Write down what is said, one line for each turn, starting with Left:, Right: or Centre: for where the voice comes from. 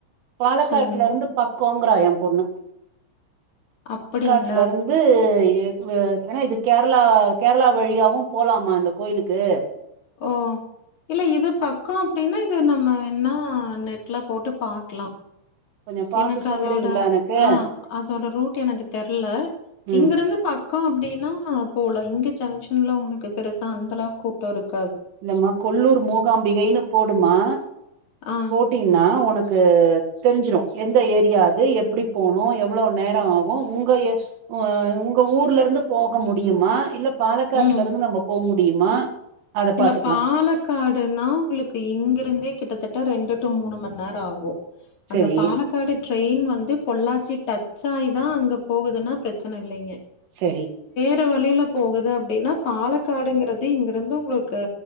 Right: பாலக்காட்லருந்து
Left: சொல்லுங்க.
Right: பக்கோங்ரா ஏ பொண்ணு
Left: அப்படிங்
Right: வீட்லருந்து ஏ வு ஏனா இது கேரளா கேரளா வழியாவு போலாமா இந்த கோயிலுக்கு
Left: ஓ இல்ல இது பக்கோ அப்டினா அது நம்ம வேன்னா நெட்ல போட்டு பாக்லா
Right: <unintelligible>
Left: எனக்கு
Right: சொல்றீங்களா
Left: அதோட
Right: எனக்கு
Left: ஆ அதோட ரூட் எனக்கு தெர்ல
Right: ம்
Left: இங்கருந்து பக் அக்கா அப்படின்னா போலா இங்க ஜங்ஷன்ல உங்களுக்கு பெருசா அந்தளவுக் கூட்ட இருக்
Right: இல்லமா கொல்லூர் மூகாம்பிகைன்னு போடுமா
Left: ஆ,
Right: போட்டினா உனக் கு தெரிஞ்சிரு எந்த ஏரியா அது எப்படி போனு எவ்வளவு நேர ஆகு உங்க ஏ அ ஒங்க ஊர்லருந்து போக முடியுமா இல்ல பாலக்காட்டுல
Left: ம்.
Right: இருந்து நம்ம போக முடியுமா அத
Left: இல்ல
Right: பாத்துக்கலா
Left: பாலக்காடுன்னா உங்களுக்கு இங்கிருந்தே கிட்டத்தட்ட ரெண்டு டு மூணு மண் நேர ஆகு
Right: செரி
Left: அந்த பாலக்காடி ட்ரெயின் வ வந்து பொள்ளாச்சி டச்ச ஆாயி தா அங்க போகுதுன்னா பிரச்சனை இல்லைங்க
Right: சரி
Left: வர வழியில போகுது அப்படின்னா பாலக்காடுங்கிறது இங்கிருந்து உங்களுக் கு